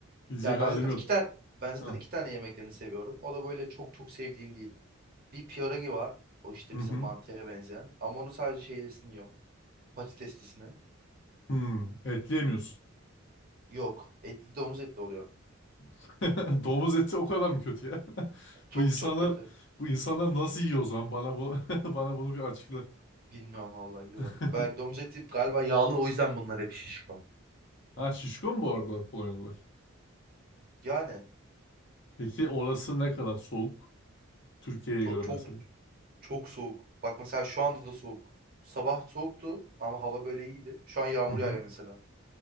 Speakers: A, on the left; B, on the right.
A: gidecek
B: Ya
A: halim
B: ben zaten
A: yok.
B: iki tane ben zaten
A: Heh.
B: iki tane yemeklerini seviyorum. O da böyle çok çok sevdiğim değil. Bir pierogi var. O işte
A: Hı hı.
B: bizim mantıya benzeyen. Ama onu sadece şeylisini yiyorum. Patateslisini.
A: Hmm. Et yemiyorsun.
B: Yok. Etli domuz etli oluyor.
A: <laughs> Domuz eti o kadar mı kötü ya? <laughs>
B: Çok
A: Bu insanlar
B: çok kötü.
A: bu insanlar nasıl yiyor o zaman? Bana bu <laughs> bana bunu bir açıkla.
B: Bilmiyorum vallahi yiyorlar.
A: <laughs>
B: Belki domuz eti galiba yağlı o yüzden bunlar hep şişko.
A: Ha şişko mu bu arada Polonyalılar?
B: Yani
A: Peki orası ne kadar soğuk? Türkiye'ye
B: çok
A: göre
B: çok
A: mesela.
B: çok soğuk. Bak mesela şu anda da soğuk. Sabah soğuktu ama hava böyle iyiydi. Şu an yağmur
A: Hı hı.
B: yağıyor mesela.